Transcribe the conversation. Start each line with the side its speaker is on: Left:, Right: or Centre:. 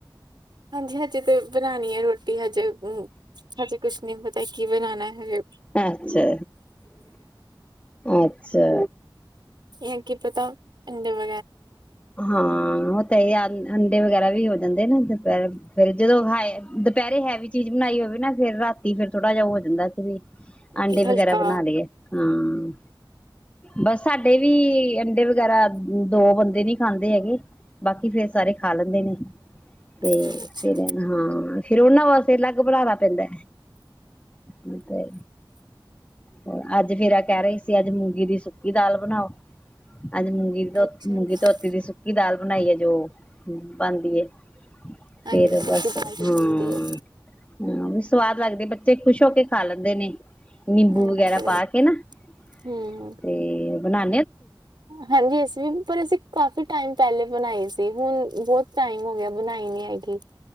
Right: ਹਾਂਜੀ ਹਜੇ ਤੇ ਬਣਾਉਣੀ ਹੈ ਰੋਟੀ ਹਜੇ ਹਮ ਹਜੀੇ ਕੁਛ ਨੀ ਪਤਾ ਕੀ ਬਣਾਉਣਾ ਹੈ
Left: ਅੱਛਾ ਅੱਛਾ
Right: ਇਹ ਕੀ ਪਤਾ ਅਦੇ ਵ
Left: ਹਾਂ ਉਹ ਤਾਂ ਅੰਡੇ ਵਗੈਰਾ ਵੀ ਹੋ ਦਦੇ ਨਾ ਦੁਪਹਿ ਫੇਰ ਜਦੋਂ ਹ ਦੁਪਹਿਰੇ ਹੈਵੀ ਚੀਜ਼ ਬਣਾਈ ਹੋਵੇ ਨਾ ਫਿਰ ਰਾਤੀ ਫੇਿਰ ਥੋੜਾ ਜਾਿਹਾ ਹੋ ਜਾਂਦਾ ਕਿ ਆਂਡੇ
Right: ਕਿ ਹਲਕਾ
Left: ਵਗੈਰਾ ਬਣਾ ਲਈਏ ਹਮ ਬਸ ਸਾਡੇ ਵੀ ਅੰਡੇ ਵਗੈਰਾ ਦੋ ਬੰਦੇ ਨੀ ਖਾਂਦੇ ਹੈਗੇ ਬਾਕੀ ਫੇਰ ਸਾਰੇ ਖਾ ਲੈਂਦੇ ਨੇ ਤੇ
Right: ਅੱਛਾ-ਅੱਛਾ,
Left: ਫਿਰ ਹਾਂ ਫਿਰ ਉਹਨਾਂ ਵਾਸਤੇ ਅਲੱਗ ਬਣਾਾ ਪੈਂਦਾ ਤੇ ਹੋ ਅੱਜ ਫੇਿਰ ਕਹਿ ਰਹੀ ਸੀ ਅੱਜ ਮੂੰਗੀ ਦੀ ਸੁੱਕੀ ਦਾਲ ਬਣਾਓ ਅੱ ਮੁੰਗੀ ਤੋਂ
Right: ਅੱਛਾ-ਅੱਛਾ
Left: ਮੁੰਗੀ ਤੋਂ ਦੀ ਸੁੱਕੀ ਦਾਲ ਬਣਾਈ ਹੈ ਜੋ ਬਣਦੀ ਹੈ
Right: ਹਾਂਜੀ
Left: ਫੇਿਰ
Right: ਸੁੱਕੀ
Left: ਬਸ ਹਾਂ
Right: ਦਾਲ ਵੀ ਬਣਦੀ ਹੈ।
Left: ਹਾਂ ਵੀ ਸਵਾਦ ਲੱਗਦੇ ਬੱਚੇ ਖੁਸ਼ ਹੋ ਕੇ ਖਾ ਲੈਂਦੇ ਨੇ ਨਿੰਬੂ
Right: ਹਾਂਜੀ
Left: ਵਗੈਰਾ ਪਾ ਕੇ ਨਾ <unintelligible>
Right: ਹੂੰ
Left: ਤੇ ਬਣਾ
Right: ਹਾਂਜੀ ਅਸੀ ਵੀ ਪਰ ਅਸੀਂ ਕਾਫੀ ਟਾਈਮ ਪਹਿਲੇ ਬਣਾਈ ਸੀ ਹੁਣ ਬਹੁਤ ਟਾਈਮ ਹੋ ਗਿਆ ਬਣਾਈ ਨੀ ਹੈਗੀ